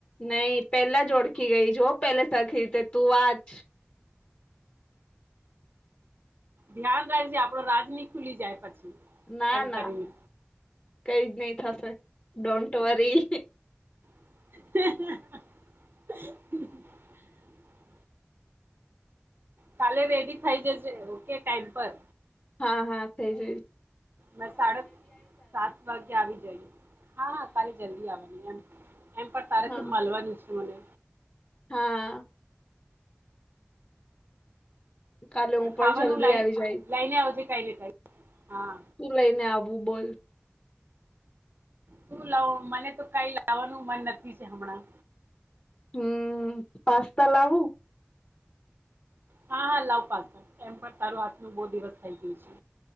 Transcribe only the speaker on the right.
ધ્યાન રાખજે આપડો રાજની ખુલી જાય પછી
એમ
કરીને
હ <inaudible> કાલે રેડી થઇ જશે ઓકે ટાઈમ પર
મે સાડા સાત વાગે આવી જ ઈ હા હા કાલે જલ્દી આવે એમ પણ તારાથી
મળવાનું છે મને
ખાવાનું
લ
લઈને આવજે કઈને કઈ હા
શું લાવ મને તો કઈ લાવવાનું મન નથી છે હમણાં
હા હા લાવ પાસ્તા એમ પણ તારું હાથ નું બહુ દિવસ થઇ ગયું છે